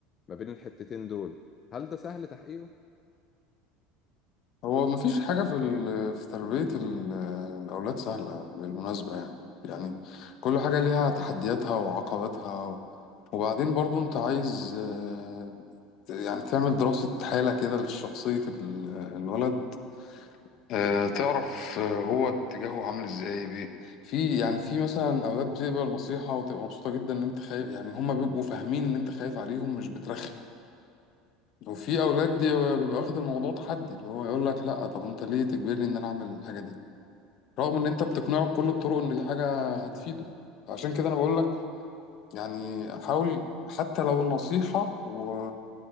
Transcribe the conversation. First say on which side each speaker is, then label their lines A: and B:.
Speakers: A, on the left; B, on the left.
A: ما بين الحتتين دول هل ده سهل تحقيقه؟
B: هو مفيش حاجة في ال... في تربية ال... الأولاد سهلة بالمناسبة يعني يعني كل حاجة ليها تحدياتها وعقباتها وبعدين برضو أنت عايز آه، يعني تعمل دراسة حالة كده لشخصية ال- الولد آه، تعرف آه، هو اتجاهه عامل ازاي بي في يعني في مثلا أولاد بتقبل نصيحة وتبقى مبسوطة جدا إن أنت خايف يعني هما بيبقوا فاهمين إن أنت خايف عليهم مش بترخم وفي اولاد دي بيبقى واخد الموضوع تحدي اللي هو يقول لك لا طب انت ليه تجبرني ان انا اعمل الحاجه دي رغم ان انت بتقنعه بكل الطرق ان دي حاجه هتفيده عشان كده انا بقول لك يعني حاول حتى لو النصيحه و...